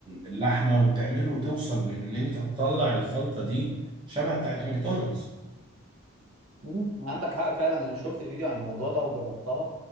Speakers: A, on the right (about 20°); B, on the right (about 80°).
A: اللحمة وتعمله وتوصل لان انت تطلع الخلطة دي شبه بتاعت ماكدونالدز
B: مم، عندك حق فعلا انا شفت فيديو عن الموضوع ده وجربتها